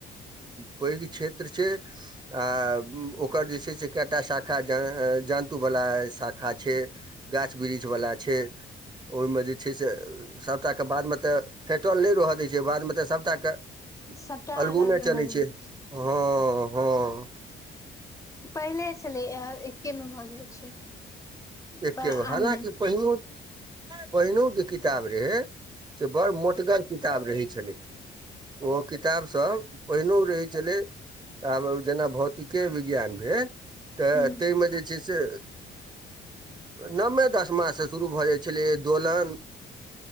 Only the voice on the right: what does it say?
पैघ क्षेत्र छै आ ओकर जे छै से कएटा शाखा जन्तुवला शाखा छै गाछ वृक्ष वला छै ओयमे जे छै से सबटा के बादमे तऽ फेटल नै रहय दै छै बादमे तऽ सबटा के
अलगु
मे
चलै
छै
हँ हँ
एक
गो हालांकि
पहिनो पहिनौ के किताब रहै से बड़ मोटगर किताब रहै छलै ओ किताब सब पहिनो रहै छलै आब जेना भौतिके विज्ञान भेल तऽ
ताहिमे जे छै से नवमे दसमा सँ शुरू भऽ जाइ छलै दोलन